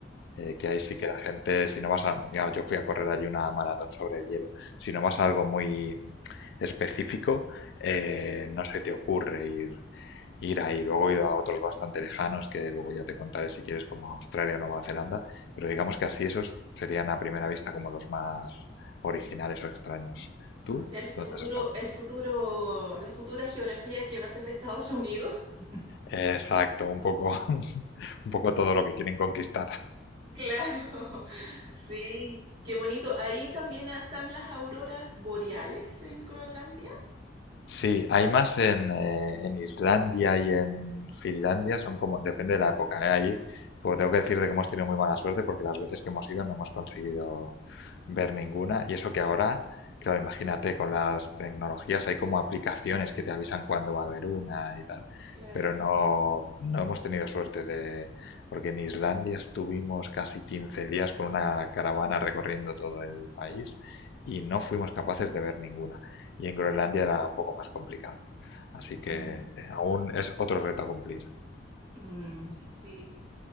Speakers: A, on the left (about 65°); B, on the right (about 30°).
A: eh, que ahí sí que la gente, si no vas a, claro, yo fui a correr allí una maratón sobre hielo, si no vas a algo muy específico, eh, no se te ocurre ir, ir ahí. Luego he ido a otros bastante lejanos, que luego ya te contaré si quieres, como Australia o Nueva Zelanda, pero digamos que así esos serían a primera vista como los más originales o extraños. ¿Tú?
B: O sea, el futuro,
A: ¿Dónde has estado?
B: el futuro, la futura geografía que va a ser de Estados Unidos. <laughs>
A: Exacto, un poco, <laughs> un poco todo lo que quieren conquistar.
B: Claro, sí, qué bonito. Ahí también están las auroras boreales en Groenlandia.
A: Sí, hay más en, eh, en Islandia y en Finlandia, son como, depende de
B: Mm,
A: la época, ¿eh? Ahí, pues tengo que decirte que hemos tenido muy mala suerte porque las veces que hemos ido no hemos conseguido ver ninguna. Y eso que ahora, claro, imagínate, con las tecnologías hay como aplicaciones que te avisan cuándo va a haber una y tal.
B: claro.
A: Pero no, no hemos tenido suerte de, porque en Islandia estuvimos casi 15 días con una caravana recorriendo todo el país y no fuimos capaces de ver ninguna y en Groenlandia era un poco más complicado. Así que
B: Ah,
A: eh, aún es otro reto a cumplir.
B: mm, sí.